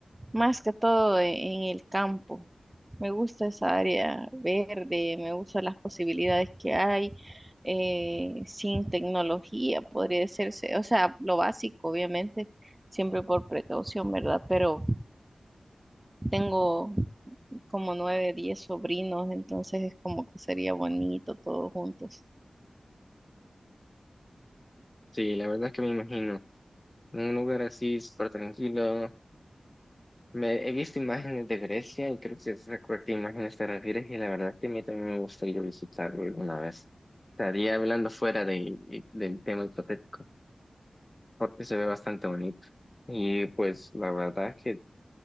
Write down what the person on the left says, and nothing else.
Sí, la verdad es que me imagino. Un lugar así súper tranquilo, Me, he visto imágenes de Grecia y creo que sé a qué imágenes te refieres y la verdad que a mí también me gustaría visitarlo alguna vez. Estaría hablando fuera de, eh, del tema hipotético porque se ve bastante bonito. Y pues la verdad es que